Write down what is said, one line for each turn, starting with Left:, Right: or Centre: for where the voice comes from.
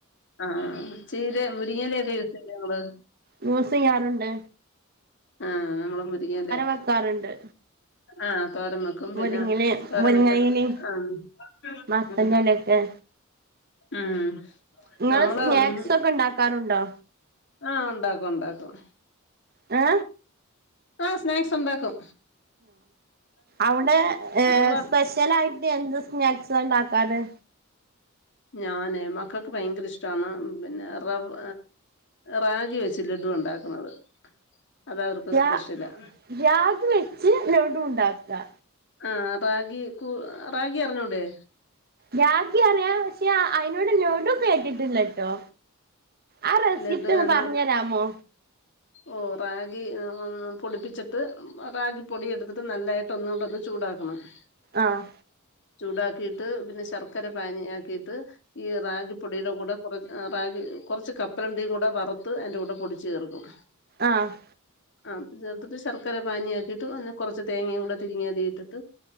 Left: ആഹ് ആഹ് ആഹ് ചീര മുരിങ്ങേല ഒക്കെ യൂസെയ്യോ നിങ്ങള്
Right: യൂസെയ്യാറുണ്ട്
Left: ആഹ് നമ്മള മുരിങ്ങല്ലേ
Right: വെക്കാറുണ്ട്
Left: ആഹ് തോരൻ വെക് ക്കും പിന്ന
Right: മുരിങ്ങയില്
Left: തോരൻ
Right: മുരിങ്ങയില്
Left: വെച്ചിട്ട് ആഹ്
Right: മത്തന്റെ
Left: ഉം
Right: എലയൊക്കെ
Left: ഉം
Right: നിങ്ങള്
Left: നമ്മള്
Right: സ്നാക്സ്
Left: ഉം
Right: ഒക്കെ ഉണ്ടാക്കാറുണ്ടോ
Left: ആഹ് ഒണ്ടാക്കും ഒണ്ടാക്കും
Right: ഏ
Left: ആഹ് സ്നാക്സ് ഒണ്ടാക്കും
Right: അവിടെ
Left: നിങ്ങളോ
Right: സ്പെഷ്യൽ ആയിട്ട് എന്ത് സ്നാക്സാ ഒണ്ടാക്കാല്
Left: ഞാനേ മക്കൾക്ക് ഭയങ്കര ഇഷ്ടാണ് പിന്നെ റവ് റാഗി വെ ച്ച് ലഡു ഒണ്ടാക്കുന്നത് അത് അവർക്ക്
Right: രാ
Left: സ്പെഷ്യലാ
Right: രാഗി വെച്ച് ലഡു ഉണ്ടാക്കാ
Left: ആഹ് റാഗി കു റാഗി അറിഞ്ഞൂടേ
Right: രാഗി അറിയാം പക്ഷേ അയിനോട് ലോഡുകേട്ടിട്ടില്ലാട്ടോ ആഹ് റെസിപ്പി
Left: ലഡു
Right: ഒന്ന്
Left: എന്നാ
Right: പറഞ്ഞെരാമോ
Left: ഓ റാഗി പൊടിപ്പിച്ചിട്ട് റാഗി പൊടി എടുത്തിട്ട് നല്ലായിട്ട് ഒന്നൂടത് ചൂടാക്കും ക്കണ്
Right: ആഹ്
Left: ചൂടാക്കിയിട്ട് പിന്നെ ശർക്കര പാനി ആക്കിട്ട് ഈ റാഗിപ്പൊടീടെ കൂടെ കൊറച്ച് റാഗി കൊറച്ച് കപ്പലണ്ടിയും കൂടെ വറുത്ത് അയിൻ്റെ കൂടെ പൊടിച്ച് ചേർക്കും
Right: ആഹ്
Left: ആഹ് ചേർത്തിട്ട് ശർക്കര പാനിയൊക്കെയിട്ട് ഒന്ന് കൊറച്ച് തേങ്ങയും കൂടെ തിരിങ്ങി അതി ഇട്ടിട്ട്